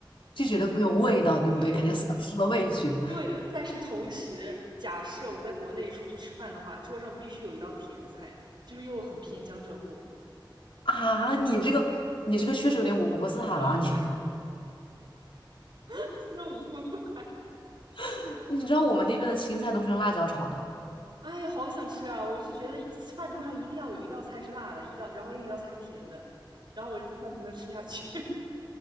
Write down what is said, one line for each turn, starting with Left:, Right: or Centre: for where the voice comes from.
Left: 就觉得没有味道，对不对？
Right: 对的，
Left: 感觉丧失了味觉
Right: 对的。但是同时，假设我在国内出去吃饭的话，桌上必须有一道甜的菜，就是又很偏江浙沪。
Left: 啊！你这个，你这个确实有点五湖四海了啊，
Right: 嗯，
Left: 你
Right: <laughs> 那五湖四海。
Left: <laughs> 你知道我们那边的青菜都是用辣椒炒的。
Right: 哎呀，好想吃啊！我就觉得饭桌上一定要有一道菜是辣的，一道，然后另一道菜是甜的，然后我这饭才能吃下去。